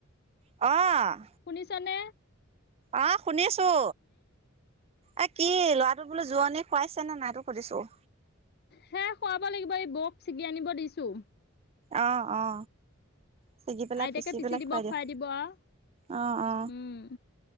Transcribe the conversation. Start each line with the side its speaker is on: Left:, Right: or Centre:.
Right: অ'।
Left: শুনিছেনে।
Right: অ', শুনিছোঁ এই কি ল'ৰাটো বোলে যোৱনী খুৱাইছে নে নাই সেইটো সুধিছোঁ।
Left: সেই খুৱাব লাগিব এই বৌক ছিগি আনিব দিছোঁ।
Right: অ'- অ'। ছিগি পেলাই
Left: আইতাকে পিচি
Right: পেলাই
Left: দিব
Right: দিয়া
Left: খুৱাই দিব আও,
Right: অ অ
Left: উম।